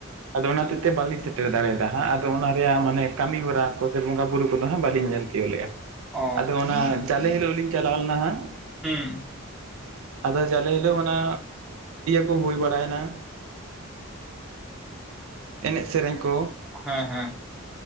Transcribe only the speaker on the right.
ᱟᱫᱚ ᱚᱱᱟ ᱦᱚᱛᱮᱛᱮ ᱵᱟᱹᱞᱤᱧ ᱥᱮᱴᱮᱨ ᱫᱟᱲᱮᱭᱟᱫᱟ ᱦᱟᱸᱜ ᱟᱫᱚ ᱚᱱᱟ ᱨᱮᱭᱟᱜ ᱢᱟᱱᱮ ᱠᱟᱹᱢᱤ ᱦᱚᱨᱟ ᱠᱚ ᱥᱮ ᱵᱚᱸᱜᱟ ᱵᱩᱨᱩ ᱠᱚᱫᱚ ᱦᱟᱸᱜ ᱵᱟᱹᱞᱤᱧ ᱧᱮᱞ ᱠᱮᱫ ᱞᱮᱫᱼᱟ
ᱟᱫᱚ ᱚᱱᱟ ᱡᱟᱞᱮᱸ ᱦᱤᱞᱳᱜ ᱜᱮᱞᱤᱧ ᱪᱟᱞᱟᱣ ᱞᱮᱱᱟ ᱦᱟᱸᱜ
ᱟᱫᱚ ᱡᱟᱞᱮᱸ ᱦᱤᱞᱚᱜ ᱢᱟᱱᱮ ᱠᱚ ᱦᱩᱭ ᱵᱟᱲᱟᱭᱱᱟ ᱮᱸᱱᱮᱡ ᱥᱮᱸᱨᱮᱧ ᱠᱚ